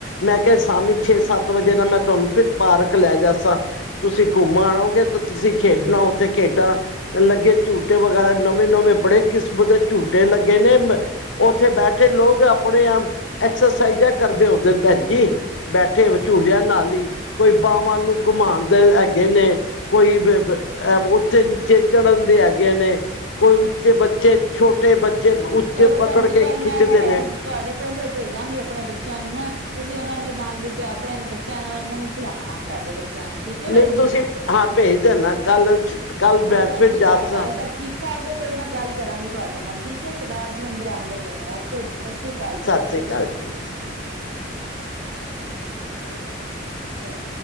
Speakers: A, on the left; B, on the right.
A: ਮੈਂ ਕਿਹਾ ਸ਼ਾਮੀ ਛੇ-ਸੱਤ ਵਜੇ ਨਾਂ ਮੈਂ ਤੁਹਾਨੂੰ ਫਿਰ ਪਾਰਕ ਲੈ ਜਾ ਸਾਂ ਤੁਸੀਂ ਘੁੰਮਣ ਆਓਗੇ ਤਾਂ ਤੁਸੀਂ ਖੇਡਣਾ ਉੱਥੇ ਖੇਡਾਂ ਲੱਗੇ ਝੂਟੇ ਵਗੈਰਾ ਨਵੇਂ-ਨਵੇਂ ਬੜੇ ਕਿਸਮ ਦੇ ਝੂਟੇ ਲੱਗੇ ਨੇਂ। ਮੈ ਉੱਥੇ ਬੈਠੇ ਲੋਕ ਆਪਣੇ-ਆਪ, ਐਕਸਰਸਾਈਜ਼ਾਂ ਕਰਦੇ ਹੁੰਦੇ ਨੇਂ ਭੈਣ ਜੀ। ਬੈਠੇ ਝੂਲਿਆਂ ਨਾਲ ਈ, ਕੋਈ ਬਾਹਵਾ ਨੂੰ ਘੁੰਮਾਂਦੇ ਹੈਗੇ ਨੇ। ਕੋਈ ਬ-ਬ-ਅ ਉੱਥੇ ਨੀਚੇ ਚੜ੍ਹਾਦੇ ਹੈਗੇ ਨੇ, ਕੋਈ ਉੱਚੇ ਬੱਚੇ ਛੋਟੇ ਬੱਚੇ ਬ ਉੱਚੇ
B: ਚਲੋ
A: ਪਕੜ
B: ਭੈਣ ਜੀ
A: ਕੇ
B: ਕੱਲ
A: ਖਿੱਚਦੇ
B: ਮੈਂ ਫਿਰ ਤੁਹਾਨੂੰ
A: ਨੇਂ।
B: ਤੁਹਾਡੇ ਕੋਲ ਫੇਰ ਭੇਜਾਂਗੀ ਆਪਣੇ ਬੱਚਿਆਂ ਨੂੰ ਨਾ। ਤੁਸੀਂ ਉਹਨਾਂ ਦੇ ਨਾਲ ਵੀ ਤੇ ਆਪਣੇ ਬੱਚਿਆਂ ਨਾਲ ਨੂੰ ਵੀ ਖਿਲਾਉਣਾ ਸਾਡੇ ਬੱ ਚਿਆਂ ਨੂੰ ਠੀਕ ਐ
A: ਨਹੀਂ
B: ਭੈਣਜੀ,
A: ਤੁਸੀਂ ਹਾਂ ਭੇਜ ਦੇਣਾ ਕੱਲ ਕੱਲ ਮੈਂ
B: ਹੋਰ ਭੈਣ
A: ਫਿਰ
B: ਜੀ ਘਰ-ਬਾਰ
A: ਜਾ ਸਾਂ।
B: ਸਭ ਠੀਕ ਤਾਂ ਆਕੇ ਫੇਰ ਮੈਂ ਗੱਲ ਕਰਾਂਗੀ ਤੁਹਾਡੇ ਨਾਲ ਠੀਕ ਏ, ਸਰਦਾਰ ਜੀ ਮੈਨੂੰ ਬੁਲਾਉਂਦੇ ਪਏ ਨੇ ਓਕੇ ਜੀ ਸਸ੍ਰੀਕਾਲ ਜੀ।
A: ਸਸਰੀ ਕਾਲ ਜੀ।
B: <unintelligible> ਅੱਛਾ।